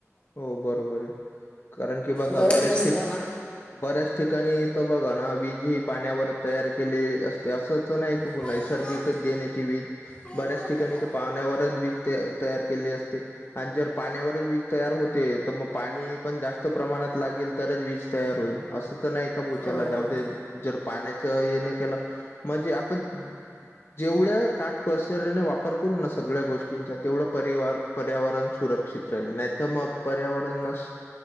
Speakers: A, on the left; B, on the left.
A: हो बरोबर आहे कारण की बघा
B: गरज
A: बऱ्याच
B: नसताना
A: ठिक बऱ्याच ठिकाणी बघा ना वीज ही पाण्यावर तयार केली असते. ते असंच नाही की
B: ना
A: नैसर्गिकच देण येते वीज
B: आई
A: बऱ्याच
B: ना
A: ठिकाणी
B: गेलं
A: तर पाहण्यावरच वीज तयार केले असते आणि जर पाण्यावरच वि तयार होते तर मग पाणी पण जास्त प्रमाणात लागेल तरच वीज तयार होईल अस. नाही का बुचाला
B: हो
A: जाऊ जर पाण्याच हे नाही केलं म्हणजे आपण जेवढ्या काटकसरने वापर करू ना सगळ्या गोष्टींचा तेवढा परिवार पर्यावरण सुरक्षित राहिल नाही. तर मग पर्यावरण नस